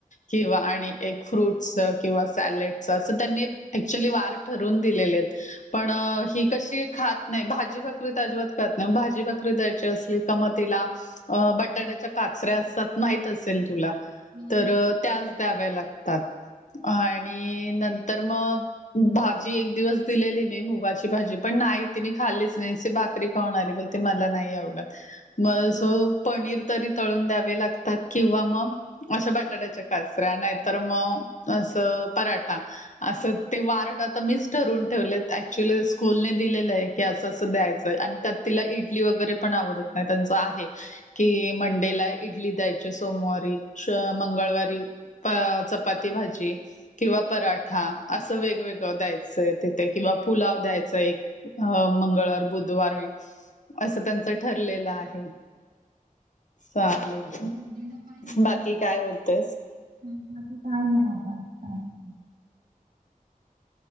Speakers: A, on the left; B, on the right.
A: किंवा आणि एक फ्रूट किंवा सॅलेडच असं त्यांनी ऍक्च्युली वार ठरून दिलेले आहेत पण ही कशी खात नाही भाजीपाकरी त अजिबात ना भाजी भाकरी द्यायची असली कम तला अ बटाट्याच्या काचऱ्या असतात माहित असेल तुला
B: काय
A: तर त्याच द्याव्या लागतात आणि नंतर मग भाजी एक दिवस दिलेली मी मुगाची भाजी पण नाही ति नी खाल्लीच नाही भाकरी म्हणली पण ते मला नाही आवडत मग सो पनीर तरी तळून द्यावे लागतात किंवा मग अशा बटाट्याच्या काचऱ्या नाहीतर मग असं पराठा असं ते वारट आता मस ठरवून ठेवले ऍक्च्युली स्कूलने दिलेलं आहे की असं असं द्यायचंय आणि त्यात तिला इडली वगैरे पण आवडत नाही त्यांचं आहे कि मंडेला इडली द्यायचे सोमवारी मंगळवारी अ चपाती भाजी किंवा पराठा असं वेगवेगळं द्यायचंय तिथे किंवा पुलाव द्यायच एक अ मंगळवार बुधवार असं त्यांचं ठरलेलं आहे चालेल
B: नाहीये
A: बाकी काय बोलतेस
B: काय नाही आता का <unintelligible>